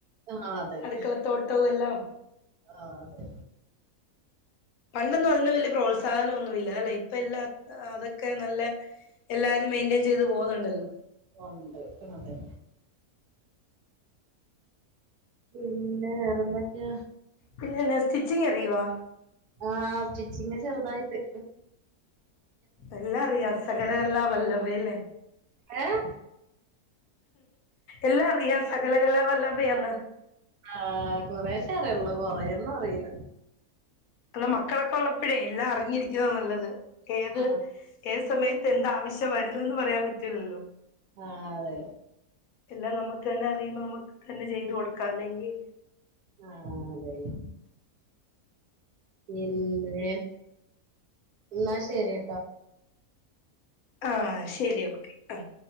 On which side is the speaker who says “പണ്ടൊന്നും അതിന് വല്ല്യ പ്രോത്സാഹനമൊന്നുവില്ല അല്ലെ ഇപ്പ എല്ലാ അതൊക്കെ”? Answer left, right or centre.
Left